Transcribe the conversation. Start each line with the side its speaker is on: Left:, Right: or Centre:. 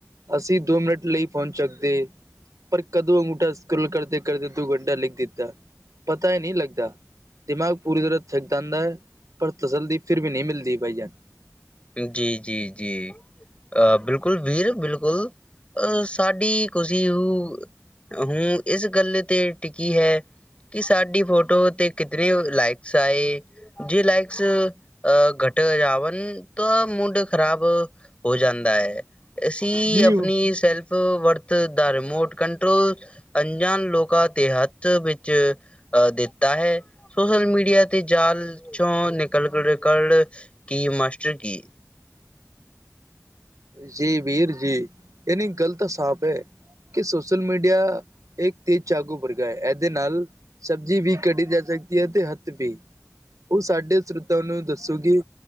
Right: اسی دو منٹ ل فون چک دی پر کدو انگوٹا سکرول کرتے کرتے تو گنڈا لکھ دتا پتا ہی نہیں لگتا دماغ پوری طرح تھکتا آا ہے پر تسلد پھر بھی نہیں ملتی بھائی جان
Left: جی جی جی ا بالکل بھییر بالکل ا سی کسی وہ ہوں اس گل ت ٹکی ہے کہ ساڈی فوٹو ت کتنے لائکس آئے جی لائکس گٹ جان تو موڈ خراب ہو جا ہے ای
Right: جی
Left: اپنی سیلف ورت د ریموٹ کنٹرول انجان لوکا کے ہاتھ بی ا دتا ہے سوشل میڈیا ت جال چو نکل ریکارڈ کی ماسٹر کی
Right: جی ویر جی یہ نہیں گغلط سانپ ہے کہ سوشل میڈیا ایک تیز چاقو رگا ہے ایے ن سبزی بھی کڈھی جا سکتی ہے ت ہاتھ بھی وہ سڈے سروتوں ن دسو گی